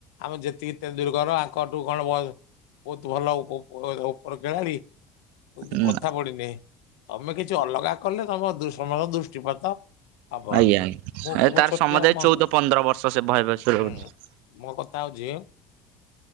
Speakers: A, on the left; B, on the right.
A: ଆମେ ଯେତିକି ତେନ୍ଦୁଲକର ଆଙ୍କଠୁ କଣ ଭଲ- ବହୁତ ଭଲ ଉପର ଖେଳାଳି? କିନ୍ତୁ
B: ହୁଁ
A: କଥା ପଡିିନି ତମେ କିଛି ଅଲଗା କଲେ ତମ ସମ ଦୃଷ୍ଟିପାତ ହବ
B: ଆଜ୍ଞା ଆଜ୍ଞା
A: ମୁଁ ମୁଁ
B: ତାର
A: ଛୋଟିଆ
B: ସମୁଦାୟ
A: ମୋ
B: ଚଉଦ ପନ୍ଦର ବର୍ଷ ସେ ବୈଭବ ସୂର୍ୟବଂଶୀର
A: ହୁଁ ମୋ କଥା ହଉଛି